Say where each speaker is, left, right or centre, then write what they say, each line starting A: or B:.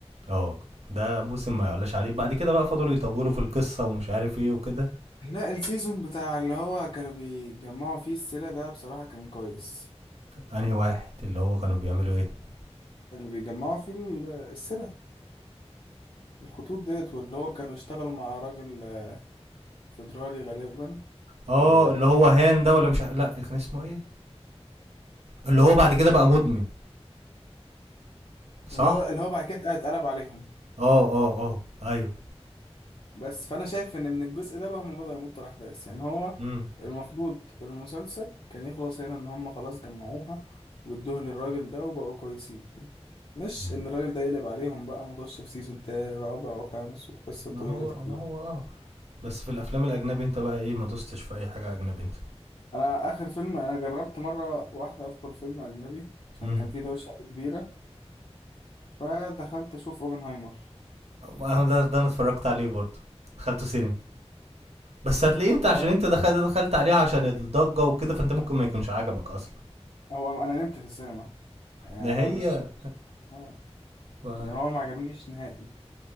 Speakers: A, on the right; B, on the left.
A: اه ده موسم ما يعلاش عليه بعد كده بقى فضلوا يطولوا في القصه ومش عارف ايه وكده
B: لا السيزون بتاع اللي هو كانوا بيجمعوا فيه السلة ده بصراحة كان كويس
A: انهي واحد اللي هو كانوا بيعملوا ايه
B: اللي بيجمعوا فيه ال- السلة الخطوط ديت واللي هو كانوا اشتغلوا مع راجل آه، فيدرالي غالبا
A: اه
B: و
A: اللي هو هان ده ولا مش ع- لا كان اسمه ايه اللي هو بعد كده بقى مدمن صح
B: اللي هو اللي هو بعد كده اتقلب عليهم
A: اه اه اه ايوه
B: بس فانا شايف ان من الجزء ده بقى هم بدأوا يمطوا الاحداث يعني هو
A: امم
B: المفروض المسلسل كان يخلص هنا ان هم خلاص جمعوها وادوها للراجل ده وبقوا كويسين مش
A: مم.
B: ان الراجل ده يقلب عليهم بقى ونخش في سيزون تاني رابع وخامس والقصة
A: ما
B: الطويلة
A: هو
B: دي كلها
A: ما هو اه بس في الافلام الاجنبي انت بقى ايه ما دوستش في اي حاجه اجنبي انت
B: انا اخر فيلم انا جربت مرة واحدة ادخل فيلم اجنبي عشان
A: امم
B: كان في دوشة كبيرة فدخلت اشوف اوبنهايمر
A: انا ده, ده انا اتفرجت عليه برضه دخلته سينما بس هتلاقيه انت
B: فهو
A: عشان انت دخلت دخلت عليه عشان الضجه وكده فانت ممكن ما يكونش عجبك اصلا
B: انا نمت في السينما يعني
A: ده
B: انا
A: هي
B: مش مش- اه
A: ما...
B: يعني هو ما عجبنيش نهائي